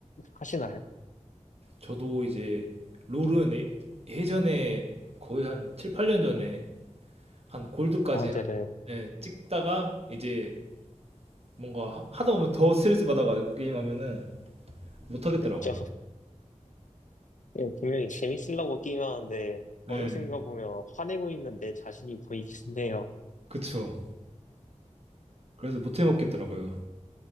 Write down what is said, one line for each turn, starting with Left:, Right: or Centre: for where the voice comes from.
Left: 하시나요?
Right: 저도 이제, 롤은 예- 예전에 거의 한 칠팔년 전에 한 골드까지
Left: 어, 네네.
Right: 예, 찍다가 이제 뭔가 하- 하다 보면 더 스트레스 받아가지고 게임하면은 못하겠더라고요.
Left: 네, 저 예, 분명히 재밌으려고 게임하는데
Right: 네,
Left: 어느 순간 보면 화내고 있는 내 자신이 보이긴 해요.
Right: 그쵸. 그래서 못해먹겠더라고요.